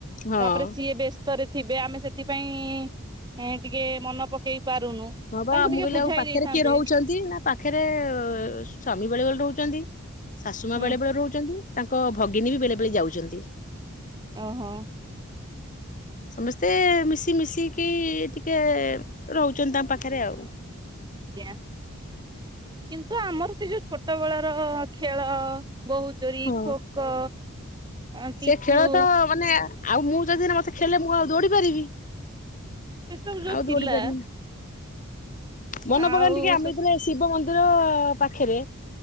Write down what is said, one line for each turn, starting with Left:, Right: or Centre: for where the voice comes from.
Left: ହଁ।
Right: ତାପରେ ସିଏ ବ୍ୟସ୍ତରେ ଥିବେ। ଆମେ ସେଥିପାଇଁ ଟିକେ ମନେ ପକେଇ ପାରୁନୁ
Left: ହଁ
Right: ତାଙ୍କୁ
Left: ବା
Right: ଟିକେ
Left: ମୁଁ କହିଲି
Right: ବୁଝାଇ
Left: ଆଉ ପାଖରେ
Right: ଦେଇଥାନ୍ତେ
Left: କିଏ ରହୁଛନ୍ତି? ନା ପାଖରେ ସ୍ଵାମୀ ବେଳେବେଳେ ରହୁଛନ୍ତି। ଶାଶୁ ମାଆ
Right: ହୁଁ।
Left: ବେଳେବେଳେ ରହୁଛନ୍ତି। ତାଙ୍କ ଭଗିନୀ ବି ବେଳେ ବେଳେ ଯାଉଛନ୍ତି।
Right: ଓହୋ।
Left: ସମସ୍ତେ ମିଶି ମିିଶିକି ଟିକେ ରହୁଛନ୍ତି ତାଙ୍କ ପାଖରେ ଆଉ।
Right: ଆଜ୍ଞା କିନ୍ତୁ ଆମର ସେ ଯୋଉ ଛୋଟ ବେଳର ଖେଳ। ବୋହୁଚୋରି,
Left: ହଁ।
Right: ଖୋଖୋ, <unintelligible> ପିଚୁ
Left: ସେ ଖେଳ ତ ମାନେ ଆଉ ମୁଁ ଯଦି ମତେ <unintelligible> ଖେଳିଲେ ମୁଁ ଆଉ ଦୌଡି ପାରିବି?
Right: ସେ ସବୁ ଯୋଉ
Left: ଆଉ
Right: ଥିଲା?
Left: ଦୌଡି ପାରିବିନି। ମନେ
Right: ଆଉ
Left: ପକାନି ଟିକେ ଆମେ
Right: ସେ
Left: ଯେତେବେଳେ ଶିବ ମନ୍ଦିର ପାଖରେ